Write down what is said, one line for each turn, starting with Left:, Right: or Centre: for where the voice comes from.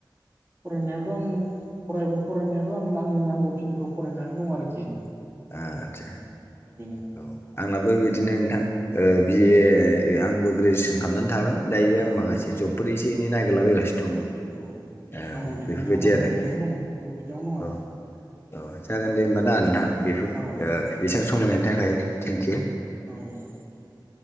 Right: फरायनायावथ' आं फरायबो फरायनायाथ' आं आंनि नांगौखिनिखौ फरायनानै दं आरोखि
Left: आदसा
Right: औ दा बेनो
Left: औ आंना बो बिदिनो ओम नोंथां
Right: औ
Left: ओ बि ए ए आंबो ग्रेजुवेसन खालामनानै थाबाय। दायो
Right: औ
Left: आं माखासे जबफोर एसे एनै
Right: औ
Left: नागिरलाबायगासिनो
Right: औ
Left: दङ‌
Right: आंबो
Left: औ
Right: बिदिनो
Left: बेफोरबायदि
Right: आंबो
Left: आरोखि
Right: बिदियावनो दङ आंबो बिदियावनो दं आरोखि
Left: औ औ जागोन दे होमबा ना नोंथां ओम ओ
Right: औ
Left: बेसेबां सम होनायनि थाखाय थेंक इउ
Right: औ थेंक इउ।